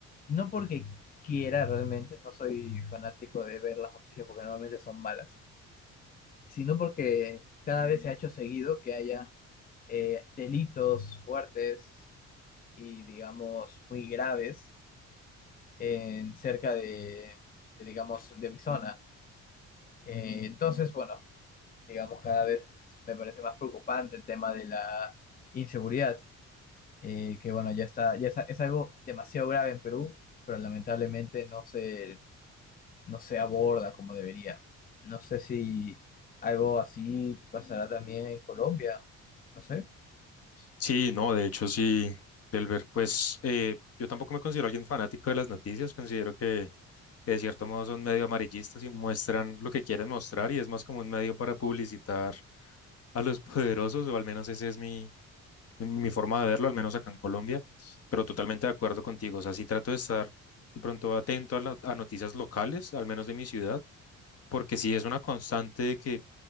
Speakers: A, on the left; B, on the left.
A: no porque quiera realmente, no soy fanático de ver las noticias porque normalmente son malas, sino porque cada vez se ha hecho seguido que haya eh, delitos fuertes y digamos muy graves en cerca de, de, digamos de mi zona. Eh, entonces, bueno, digamos cada vez me parece más preocupante el tema de la inseguridad, eh, que bueno, ya está, ya está- es algo demasiado grave en Perú, pero lamentablemente no se, no se aborda como debería. No sé si algo así pasará también en Colombia, no sé.
B: Sí, no, de hecho sí, Kelber, pues eh, yo tampoco me considero alguien fanático de las noticias, considero que, que de cierto modo son medio amarillistas y muestran lo que quieren mostrar y es más como un medio para publicitar a los <laughs> poderosos, o al menos esa es mi, mi, mi forma de verlo, al menos acá en Colombia, pero totalmente de acuerdo contigo, o sea, sí trato de estar de pronto atento a, la- a noticias locales, al menos de mi ciudad, porque sí es una constante de que